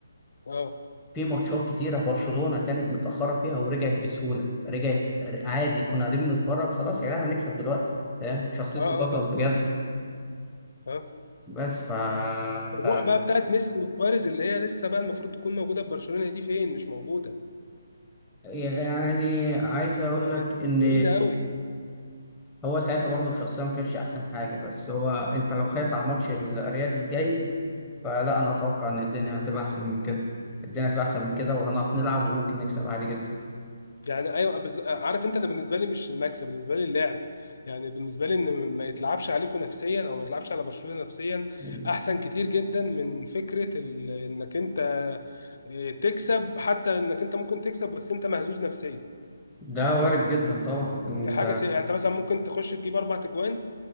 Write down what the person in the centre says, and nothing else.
في ماتشات كتيرة برشلونة كانت متأخرة فيها ورجعت بسهولة رجعت عادي كنا قاعدين بنتفرج خلاص يا جدعان هنكسب دلوقتي فاهم شخصية
البطل
بجد
بس ف...
ف...
يعني عايز أقول
لك إن
هو ساعتها برضه الشخصية ما كانش أحسن حاجة بس هو أنت لو خايف على ماتش الريال الجاي فلا أنا أتوقع إن الدنيا هتبقى أحسن من كده الدنيا هتبقى أحسن من كده وهنعرف نلعب وممكن نكسب عادي
جدا
ده وارد جدا طبعا انت